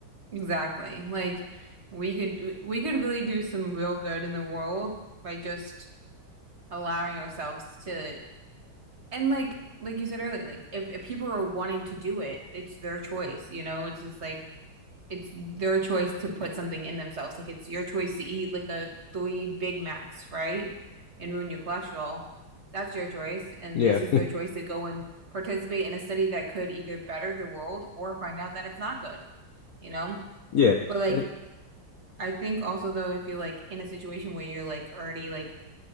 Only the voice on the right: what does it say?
Exactly. Like we could we could really do some real good in the world by just allowing ourselves to and like like you said earlier, like if, if people are wanting to do it, it's their choice, you know? It's just like it's their choice to put something in themselves. Like it's your choice to eat like a three Big Macs, right? And ruin your cholesterol. That's your choice. And
this is their choice to go and participate in a study that could either better the world or find out that it's not good, you know?
But like
I think also though if you're like in a situation where you're like already like,